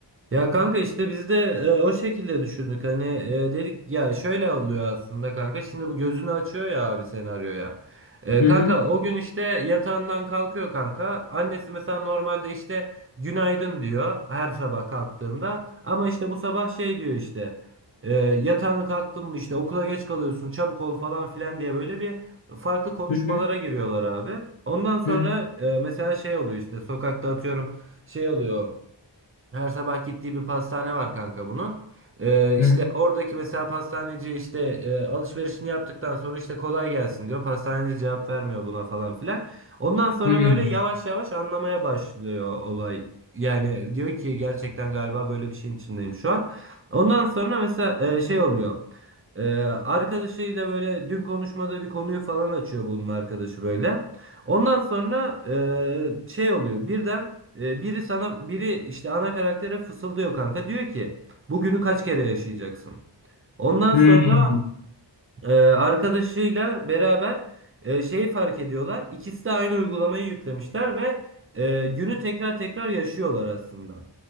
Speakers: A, on the right (about 30°); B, on the left (about 80°).
A: Ya kanka işte biz de e, o şekilde düşündük. Hani e, dedik ya şöyle oluyor aslında kanka. Şimdi bu gözünü açıyor ya abi senaryoya. E,
B: Hı
A: kanka
B: hı.
A: o gün işte yatağından kalkıyor kanka. Annesi mesela normalde işte günaydın diyor her sabah kalktığında. Ama işte bu sabah şey diyor işte. E, yatağını kalktın mı işte okula geç kalıyorsun çabuk ol falan filan diye böyle bir farklı konuşmalara
B: Hı hı,
A: giriyorlar abi. Ondan sonra
B: hı
A: e, mesela şey oluyor işte sokakta atıyorum şey oluyor. Her sabah gittiği bir pastane var kanka bunun. Ee, işte
B: hı,
A: oradaki mesela pastaneci işte e, alışverişini yaptıktan sonra işte kolay gelsin diyor. Pastaneci cevap vermiyor buna falan filan. Ondan sonra
B: hı hı,
A: böyle yavaş yavaş anlamaya başlıyor olay. Yani diyor ki gerçekten galiba böyle bir şeyin içindeyim şu an. Ondan sonra mesela e, şey oluyor. Ee, arkadaşıyla böyle dün konuşmada bir konuyu falan açıyor bunun arkadaşı böyle. Ondan sonra e, şey oluyor. Birden e, biri sana biri işte ana karaktere fısıldıyor kanka. Diyor ki bugünü kaç kere yaşayacaksın? Ondan
B: hı
A: sonra e, arkadaşıyla beraber e, şeyi fark ediyorlar. İkisi de aynı uygulamayı yüklemişler ve e, günü tekrar tekrar yaşıyorlar aslında.